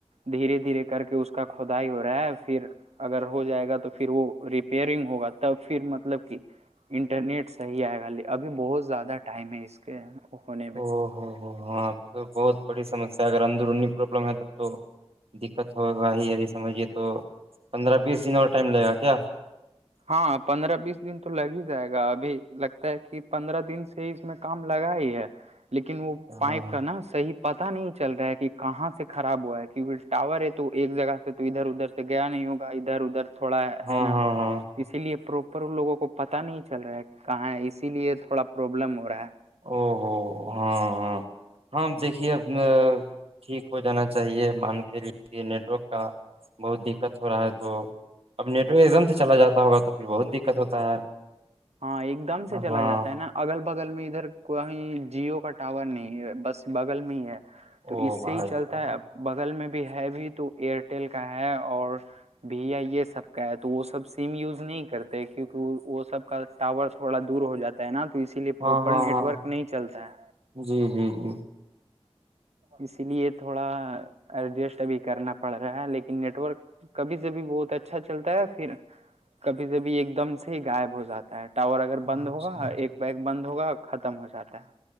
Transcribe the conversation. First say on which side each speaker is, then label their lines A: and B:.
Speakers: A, on the right; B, on the right.
A: دھیرے دھیرے کر کے اس کا کھدائی ہو رہا ہے پھر اگر ہو جائے گا تو پھر وہ ریپیئرنگ ہوگا تب پھر مطلب کہ انٹرنیٹ صحیح آئے گا ابھی بہت زیادہ ٹائم ہے اس کے ہونے میں
B: او ہاں تو تو بہت بڑی سمسیا ہے اگر اندرونی پروابلم ہے تب تو دقت ہو بھائی سمجھیے تو پندرہ بیس دنوں اور ٹائم لگے گا کیا
A: ہاں پندرہ بیس دن تو لگ ہی جائے گا ابھی لگتا ہے کہ پندرہ دن سے اس میں کام لگا ہی ہے لیکن وہ
B: ہاں
A: پائپ کا نا صحیح پتتا نہیں چل رہا ہے کہ کہاں سے خراب ہوا ہے کیونکہ ٹاور ہے تو ایک جگہ سے تو ادھر ادھر سے گیا نہیں ہوگا ادھر ادھر تھوڑا
B: ہاں
A: ہے نا
B: ہاں ہاں
A: اسی لیے پروپر لوگوں کو پتاہ نہیں چل رہا ہے کہاں ہے اسی لیے تھوڑا پروابلم ہو رہا ہے
B: او ہو ہاں ہاں <inaudible> ہاں دیکھیے اب ٹھیک ہو جانا چاہیے مان کے لیے یہ نیٹ ورک کا بہت دقت ہو رہا ہے تو اب نٹورک ایکم سے چلا جاتا ہوگا تو پھر بہت دقت ہوتا ہے
A: ہاں ایک دم سے چلا
B: ہاں
A: جاتا ہے نا اگل بغل میں ادھر کویں جیو کا ٹاور نہیں ہے بس بغل میں ہی ہے
B: او
A: تو اس
B: بھائی
A: سے ہی چلتا
B: صاحب
A: ہے بغل میں بھی ہے بھی تو ایئرٹیل کا ہے اور بھی ہے یہ سب کا ہے تو وہ سب سم یوز نہیں کرتے کیونکہ وہ سب کا ٹاور تھوڑا دور ہو جاتا ہے نا تو اسی لیے
B: ہاں
A: پروپر
B: ہاں
A: نیٹ
B: ہاں
A: ورک نہیں چلتا ہے
B: جی جی جی
A: اسی لیے تھوڑا ایڈجسٹ ابھی کرنا پڑ رہا ہے لیکن نیٹورک کبھی سےبھی بہت اچھا چلتا ہے پھر کبھی سےبھی ایک دم سے غائب ہو جاتا ہے ٹاور اگر
B: اچھا
A: بند ہوگا ایک بیگ بند ہوگا ختم ہو جاتا ہے